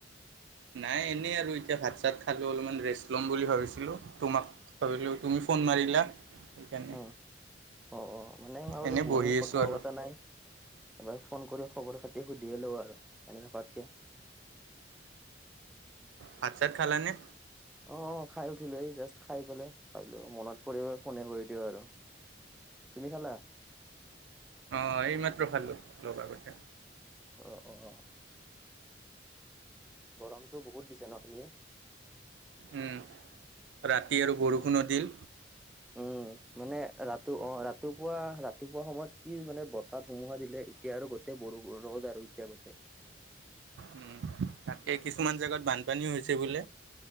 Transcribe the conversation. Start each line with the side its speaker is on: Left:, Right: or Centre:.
Right: নাই এনেই আৰু এতিয়া ভাত চাত খালো অলপমান ৰেষ্ট লম বুলি ভাবিছিলো তোমাক ভাবিলোঁ তুমি ফন মাৰিলা সেইকাৰণে
Centre: উম অ অ মানে ভাবিলোঁ
Right: এনেই
Centre: বহুত
Right: বহি
Centre: দিন কথা
Right: আছোঁ আৰু
Centre: পাতা নাই এবাৰ ফ ফন কৰি খবৰ খাতি সুধিয়ে লও আৰু এনে থকাতকে
Right: ভাত চাত খালা নে?
Centre: অ খাই উঠিলো এই জাষ্ট খাই পেলাই ভাবিলো মনত পৰিলে ফনে কৰি দিও আৰু তুমি খালা?
Right: অ এইমাত্ৰ খালো অলপ আগতে,
Centre: অ অঁ গৰমটো বহুত দিছে ন আজি
Right: উম ৰাতি আৰু বৰষুণো
Centre: উম
Right: দিল
Centre: উম মানে ৰাতি অ ৰাতি পুৱা ৰাতিপুৱা সময়ত কি মানে বতাহ ধুমুহা দিলে এতিয়া আৰু গোতেই বৰ ৰ'দ আৰু এতিয়া গোটেই।
Right: উম তাকে কিছুমান জেগাত বানপানীও হৈছে বোলে